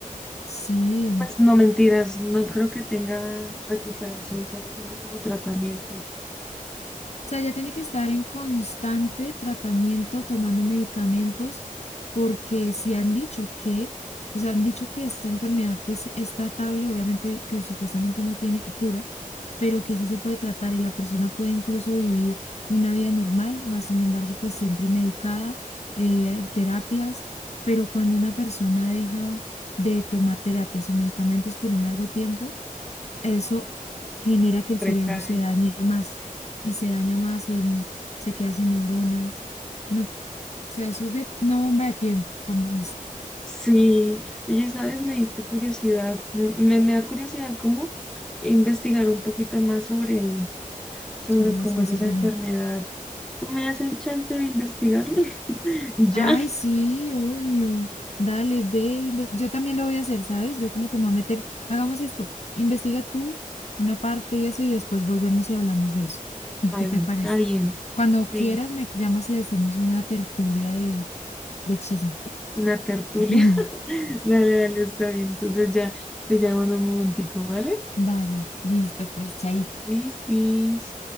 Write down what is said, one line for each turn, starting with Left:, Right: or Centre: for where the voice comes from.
Left: Sí,
Centre: Pues no mentiras, no creo que tenga recuperación, solo tiene como tratamiento y ya
Left: sea, ella tiene que estar en constante tratamiento, tomando medicamentos, porque sí han dicho que, o sea, han dicho que esta enfermedad pues es tratable, obviamente que supuestamente no tiene cura, pero que sí se puede tratar y la persona puede incluso vivir una vida normal, más sin embargo pues siempre medicada, eh, terapias, pero cuando una persona deja de tomar terapias o medicamentos por un largo tiempo, eso genera que el
Centre: recae.
Left: cerebro se dañe más y se daña más y en- se queda sin neuronas. No, o sea, eso es de una bomba de tiempo, como dice,
Centre: Sí, oye, ¿sabes? Me diste curiosidad, me, me me da curiosidad cómo investigar un poquito más sobre, sobre
Left: sobre
Centre: cómo
Left: la esquizofrenia.
Centre: es esa enfermedad. ¿Tú me das el chance de investigarlo? <laughs> Ya.
Left: Ay, sí, obvio. Dale, ve, inves- yo también lo voy a hacer, ¿sabes? Yo como que me voy a meter, hagamos esto, investiga tú una parte y eso y después volvemos y hablamos de eso. <laughs>
Centre: Ay,
Left: ¿Qué
Centre: bueno,
Left: te parece?
Centre: está bien.
Left: Cuando
Centre: Sí,
Left: quieras me llamas y hacemos una tertulia de, de chisme.
Centre: una tertulia.
Left: <laughs>
Centre: <laughs> Dale, dale, está bien. Entonces ya te llamo en un momentico, ¿vale?
Left: Dale, listo, pues, chaito.
Centre: Listis.